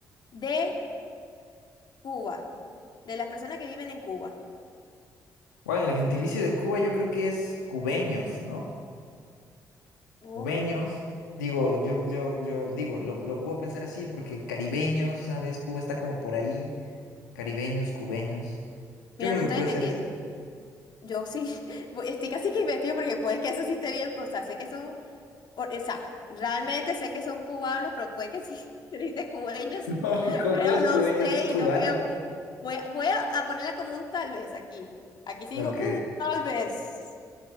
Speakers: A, on the left; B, on the left.
A: de Cuba? De las personas que viven en Cuba.
B: Bueno, el gentilicio de Cuba yo creo que es cubeños, ¿no?
A: Oh,
B: cubeños, digo, yo, yo, yo digo, lo, lo puedo pensar así porque caribeños, ¿sabes? Cuba está como por ahí, caribeños, cubeños.
A: mira,
B: Yo creo
A: no
B: que
A: te
B: puede
A: voy a mentir.
B: ser así. <laughs>
A: Yo sí, <laughs> voy- estoy casi que investigo porque puede que eso sí esté bien, pues, o sea, sé que son, o o sea, realmente sé que son cubanos, pero puede que sí, <laughs> dijiste cubeños,
B: No, ¿cómo,
A: pero
B: cómo es
A: no
B: cubeños?
A: sé
B: Es cubano.
A: y no veo. Voy a, voy a, a ponerla como un tal vez aquí. Aquí sí
B: Ok.
A: digo, "Mm, tal vez.